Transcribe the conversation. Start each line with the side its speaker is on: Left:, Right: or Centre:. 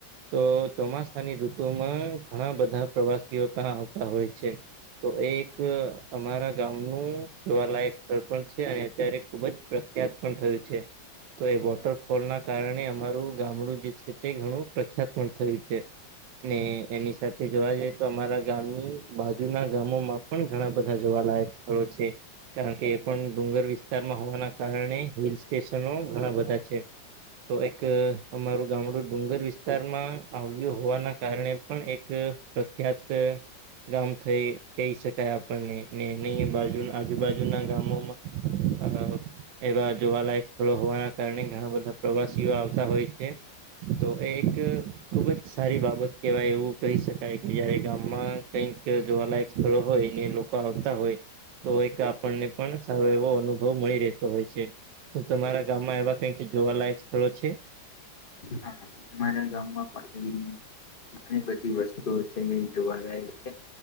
Right: તો ચોમાસાની ઋતુમાં ઘણા બધા પ્રવાસીઓ ત્યાં આવતા હોય છે. તો એ એક અમારા ગામ નુ જોવાલાયક સ્થળ પણ છે અને અત્યારે ખુબ જ પ્રખ્યાત પણ થયું છે. તો એ વોટરફોલ ના કારણે અમારું ગામડું જે છે તે ઘણું પ્રખ્યાત પણ થયું છે. ને એની સાથે જોવા જઈ તો અમારા ગામની બાજુના ગામોમાં પણ ઘણા બધા જોવાલાયક સ્થળો છે. કારણ કે એ પણ ડુંગર વિસ્તારમાં હોવાના કારણે હિલ સ્ટેશનો ઘણા બધા છે. તો એક અમારું ગામડું ડુંગર વિસ્તારમાં આવ્યું હોવાના કારણે પણ એક પ્રખ્યાત ગામ થઈ કઈ શકાય આપણને ને <inaudible> બાજુ આજુબાજુના ગામોમાં અ એવા જોવાલાયક સ્થળો હોવાના કારણે ઘણા બધા પ્રવાસીઓ આવતા હોય છે. તો એ એક ખુબ જ સારી બાબત કેવાય એવું કહી શકાય કે આ ગામમાં કઈક જોવાલાયક સ્થળો હોય ને લોકો આવતા હોય તો એક આપણને પણ સારો એવો અનુભવ મળી રહેતો હોય છે તમારા ગામમાં એવા કંઈક જોવાલાયક સ્થળો છે?
Left: હા અમારા ગામમાં પણ એની ઘણી બધી વસ્તુઓ છે જે જોવાલાયક છે.